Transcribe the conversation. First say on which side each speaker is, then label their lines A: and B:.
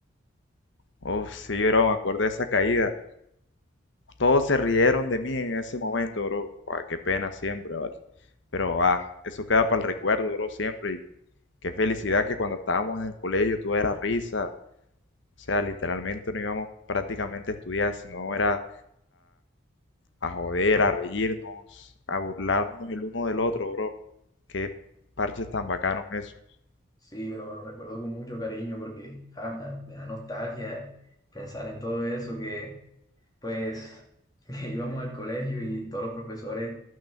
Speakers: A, on the left; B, on the left.
A: Uf, sí, bro, me acuerdo de esa caída. Todos se rieron de mí en ese momento, bro. Buah, qué pena siempre, ¿vale? Pero, ah, eso queda para el recuerdo, bro, siempre. Y qué felicidad que cuando estábamos en el colegio todo era risa. O sea, literalmente no íbamos prácticamente a estudiar, sino era a joder, a reírnos, a burlarnos el uno del otro, bro. Qué parches tan bacanos esos.
B: Sí, pero lo recuerdo con mucho cariño porque ah, me da, me da nostalgia pensar en todo eso que pues <laughs> que íbamos al colegio y todos los profesores,